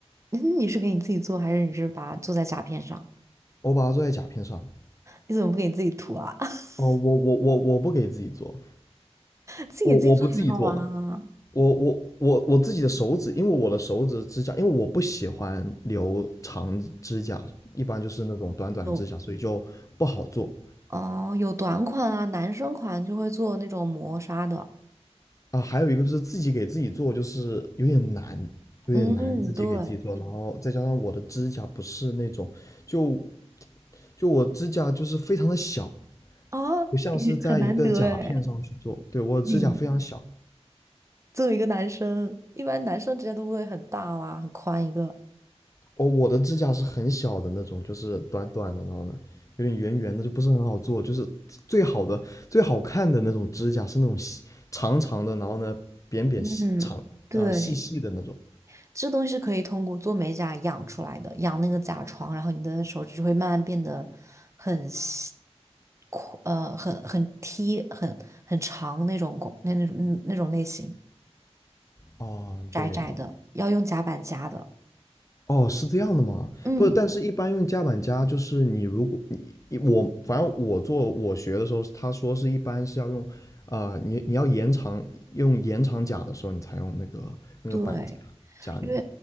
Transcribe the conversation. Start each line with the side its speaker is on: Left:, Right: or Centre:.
Right: 嗯你是给你自己做，还是你是把它做在甲片上？
Left: 我把它做在甲片上。
Right: 你怎么不给你自己涂啊？<laughs>
Left: 哦，我我我我不给自己做，
Right: 自己给自己做也很好玩啊。
Left: 我我不自己做了，我我我我自己的手指，因为我的手指指甲，因为我不喜欢留长指甲，一般就是那种短短的指甲，
Right: 有
Left: 所以就不好做。
Right: 哦，有短款啊，男生款就会做那种磨砂的。
Left: 啊，还有一个就是自己给自己做，就是有点难，有点难自己给自己做，
Right: 嗯，对
Left: 然后再加上我的指甲不是那种，就就我指甲就是非常的小，
Right: 啊，
Left: 不像是在一嗯个甲片上去做，
Right: 你很难得哎。
Left: 对，我的指甲非常小，
Right: 你作为一个男生，一般男生指甲都不会很大哇，很宽一个。
Left: 哦，我的指甲是很小的那种，就是短短的，然后呢有点圆圆的，就不是很好做，就是最好的最好看的那种指甲是那种细长长的，然后呢扁扁细长呃细细的那种，
Right: 嗯，对。这东西是可以通过做美甲养出来的，养那个甲床，然后你的手指就会慢慢变得很细阔呃，很很踢，很很长那种拱，那那种嗯那种类型，
Left: 啊，
Right: 窄窄的，
Left: 对的，
Right: 要用夹板夹的。
Left: 哦，是这样的吗？
Right: 嗯，
Left: 不，但是一般用夹板夹，就是你如果你你我反正我做我学的时候，他说是一般是要用，呃，你你要延长用延长夹的时候，你才用那个那个板夹夹你。
Right: 对。因为